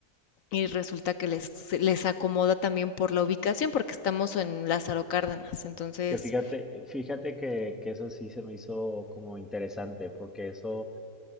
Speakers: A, on the left; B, in the centre.
A: y resulta que les, les acomoda también por la ubicación porque estamos en Lázaro Cárdenas, entonces
B: Que fíjate, fíjate que, que eso sí se me hizo como interesante, porque eso